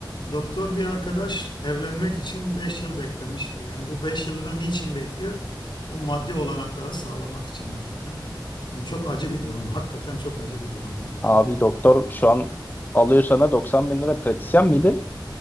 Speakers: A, on the left (about 75°); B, on the left (about 25°).
A: Doktor bir arkadaş evlenmek için 5 yıl beklemişti. Yani bu 5 yılı da niçin bekliyor? O maddi olanakları sağlamak için hakikaten. Yani çok acı bir durum. Hakikaten çok acı bir durum yani.
B: Abi doktor şu an alıyor sana 90 bin lira pratisyen miydi?